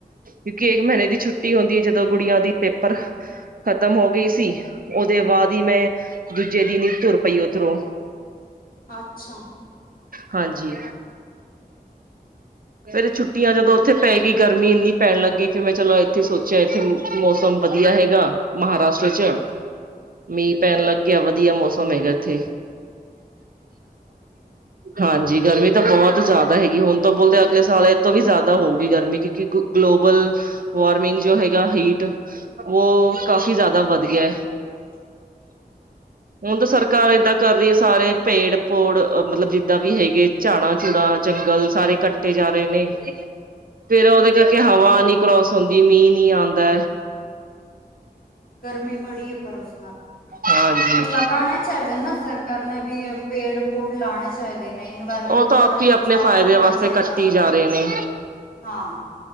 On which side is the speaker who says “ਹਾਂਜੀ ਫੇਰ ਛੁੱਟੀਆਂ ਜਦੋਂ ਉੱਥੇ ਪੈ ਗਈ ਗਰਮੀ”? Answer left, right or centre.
Right